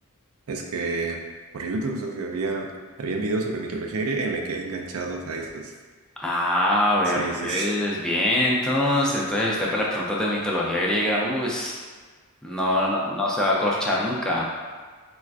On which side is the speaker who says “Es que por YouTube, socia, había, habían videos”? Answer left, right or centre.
Right